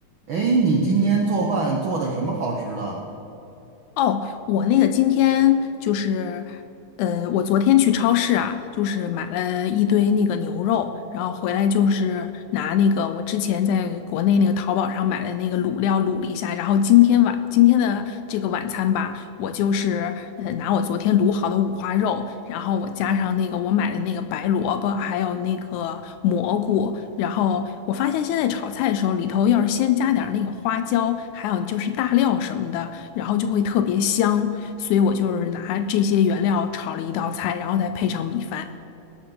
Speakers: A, on the right; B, on the left.
A: 哎，你今天做饭做的什么好吃的
B: 哦，我那个今天就是，呃，我昨天去超市啊，就是买了一堆那个牛肉，然后回来就是拿那个我之前在国内那个淘宝上买的那个卤料卤了一下，然后今天晚今天的这个晚餐吧，我就是呃拿我昨天卤好的五花肉，然后我加上那个我买的那个白萝卜，还有那个蘑菇，然后我发现现在炒菜的时候里头要是先加点儿那个花椒，还有就是大料什么的，然后就会特别香，所以我就是拿这些原料炒了一道菜，然后再配上米饭。